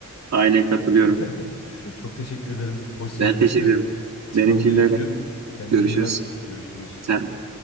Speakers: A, on the right; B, on the left.
A: Aynen katılıyorum.
B: <laughs> Çok teşekkür ederim. Hoş sohbette.
A: Ben teşekkür ederim.
B: Çıkmam
A: Benim için
B: gerekiyor.
A: de öyle.
B: Kendine
A: Görüşürüz.
B: iyi bak. Görüşürüz.
A: Sen